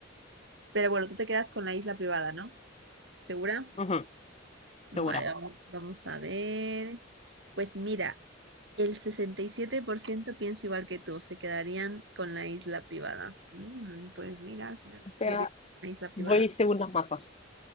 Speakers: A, on the right; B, on the left.
A: Pero bueno, tú te quedas con la isla privada, ¿no? ¿Segura?
B: Ujú,
A: Vale,
B: segura.
A: vamos, vamos a ver. Pues mira, el 67% piensa igual que tú, se quedarían con la isla privada. Mm, pues mira, al final la
B: O
A: mayoría
B: sea,
A: con la isla privada.
B: voy según las masas.